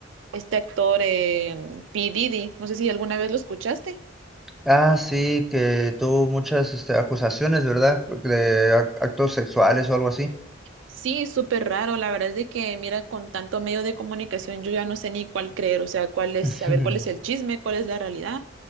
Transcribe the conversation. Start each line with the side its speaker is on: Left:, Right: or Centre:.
Right: este actor eh, P. Diddy, no sé si alguna vez lo escuchaste.
Centre: Ah, sí, que tuvo muchas este, acusaciones, ¿verdad? De ac- actos sexuales o algo así.
Right: Sí, súper raro, la verdad es de que mira, con tanto medio de comunicación yo ya no sé ni cuál creer, o sea, cuál es,
Centre: <laughs>
Right: saber cuál es el chisme, cuál es la realidad.